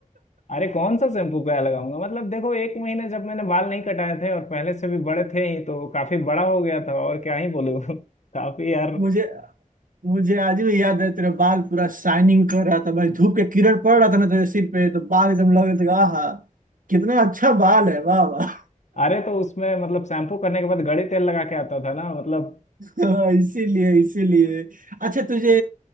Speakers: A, on the left; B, on the right.
A: अरे कौन सा शैम्पू क्या लगाऊंगा मतलब देखो एक महीने जब मैंने बाल नहीं कटाए थे और पहले से भी बड़े थे ही तो काफी बड़ा हो गया था और क्या ही बोलूं <laughs> काफी यार
B: मुझे मुझे आज भी याद है तेरा बाल पूरा शाइनिंग कर रहा था भाई धूप के किरण पड़ रहा था ना तेरे सिर पे तो बाल एकदम लग रहे थे आहा कितना अच्छा बाल है वाह वाह
A: अरे तो उसमें मतलब शैम्पू करने के बाद गड़ी तेल लगा के आता था ना मतलब
B: हाँ, इसीलिए इसीलिए अच्छा तुझे